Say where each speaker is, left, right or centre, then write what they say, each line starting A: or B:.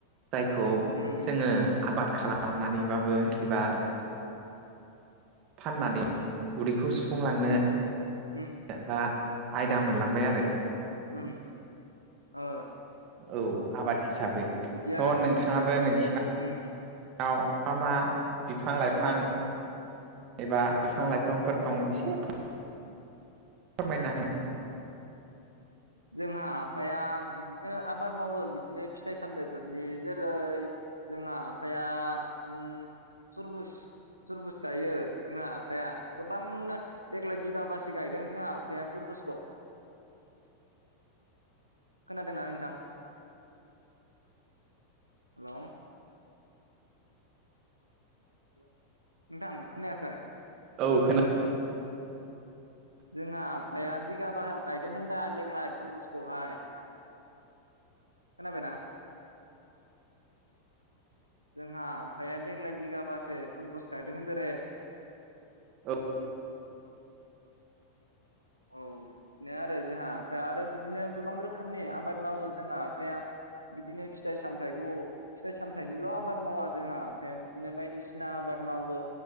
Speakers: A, on the right (about 40°); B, on the right (about 80°).
A: जायखौ
B: उम
A: जोङो आबाद खालामनानैबाबो एबा फाननानै उदैखौ सुफुंलांनो
B: उम
A: बा आयदा मोनलांबाय आरो
B: उम ओ
A: औ आबाद हिसाबै थ'
B: बिदि आरो
A: नोंथाङाबो नोंसिनाव
B: उम
A: मा मा बिफां लाइफां एबा बिफां लाइफांफोर दं एसे फोर- फोरमायना होनो
B: जोंहा आफाया बिदिनो आबाद मावो बिदिनो फिथाइ सामथाइफोरनि जेरै जोंहा आफाया ओम तुरबुस तरबुस गायो जोंहा आफाया गोबांनो देग्लाय बिगाबासो गायदों जोंहा आफाया तरबुजखौ। खोनादोंना नोंथां हेल' <inaudible> खोनायाखै
A: औ खोना
B: जोंहा आफाया बिगाबा गायदों होनदां देग्लाय थरबुसआवहाय खोनाबाय ना? जोंहा आफाया देग्लाय बिगाबासो तुरबुस गायदों होनदों रे।
A: औ
B: औ बिदिनो आरो जोंहा ओमफ्राय आरो बिदिनो गोबां रोखोमनि आबाद मावो जोंहा आफाया बिदिनो फिथाइ सामथाइखौ फिथाइ सामथाइनिल' आबाद मावा जोंहा आफाया बिदिनो बायदिसिना बायदिसिना आबाद मावो।